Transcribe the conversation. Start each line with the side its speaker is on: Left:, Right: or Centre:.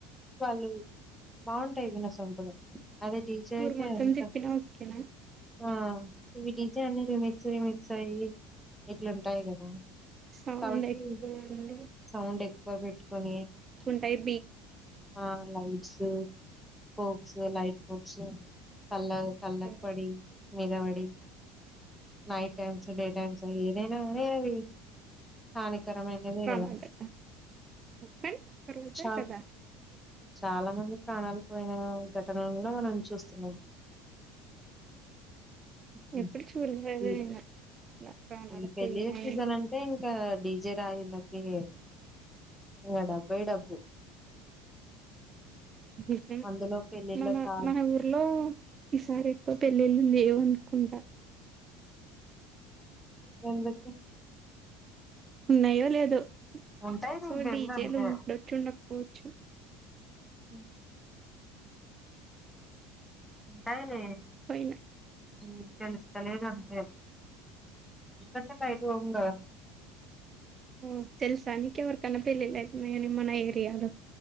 Centre: వాళ్ళు బాగుంటాయి వినసొపుగా అదే డీజె
Right: ఊరు
Centre: అయితే
Right: మొత్తం
Centre: ఎంత
Right: తిప్పినా ఓకేనా
Centre: ఆ ఇవి డిజైన్ రిమిక్స్ రిమిక్స్ అయ్య ఇట్లాంటాయి కదా
Right: సౌండ్
Centre: కాబట్టి
Right: లేకుండా
Centre: సౌండ్ ఎక్కువ పెట్టుకొని
Right: ఉంటాయి
Centre: ఆ ైట్స్ ఫక్స్ లైట్ ఫక్స్ కల్ల కళ్లక్
Right: బీట్స్
Centre: వడి మీదవడి నైట్ టైమ్స్ డే టైమ్స్ ఏదైనా అ అది కా గరమ అైనది
Right: ప్రమాదం
Centre: కదా
Right: కానీ ఒక్క రోజే
Centre: చ
Right: కదా
Centre: చాలా మంది ప్రాణాలు పోయిన ఘటనలో మనం చూస్తున్నాం హ్మ్.
Right: ఎప్పుడు చూడలేదు
Centre: ఈ
Right: నేను అట్లా ప్రాణాలు
Centre: ఈ పెళ్ళ
Right: పోయినాయి
Centre: సీజన్ అంటే ఇంకా డీజే రాయిల డీజే ఇక డబ్బాయి డబ్బు
Right: నిజం
Centre: అందులో పెళ్ళిళ్ళ
Right: మన
Centre: తాగి
Right: మన ఊర్లో ఈసారి ఎక్కువ పెళ్ళిళ్ళు లేవు అనుకుంట కుండా
Centre: ఎంతకే <inaudible>
Right: ఉన్నాయో లేదో
Centre: ఉంటాయి నీకు
Right: సో
Centre: తెల్దు
Right: డీజేలు
Centre: అంతే
Right: ఉండొచ్చు ఉండకపోవచ్చు
Centre: ఉ <inaudible> ంటగ <inaudible>
Right: పోయినా
Centre: మీకు తెలుస్తలేదు అంతే ఇంకంటే బయట పో కదా
Right: ఓ తెల్సా నీకు ఎవరికైనా పెళ్ళి అవుతున్నాయి మన ఏరియాలో